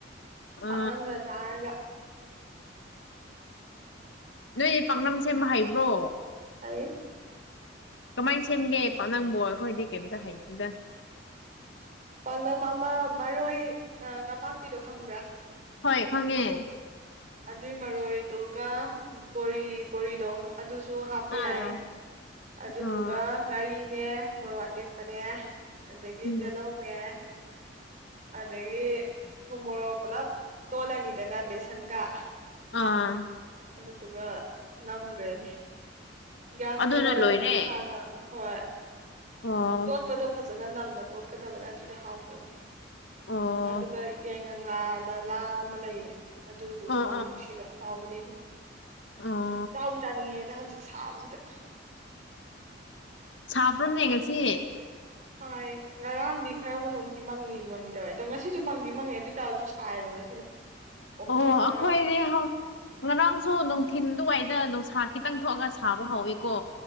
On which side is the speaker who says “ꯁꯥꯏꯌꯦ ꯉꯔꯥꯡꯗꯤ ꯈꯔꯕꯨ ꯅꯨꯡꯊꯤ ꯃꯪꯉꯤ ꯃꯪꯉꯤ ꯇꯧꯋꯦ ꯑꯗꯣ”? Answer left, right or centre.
Right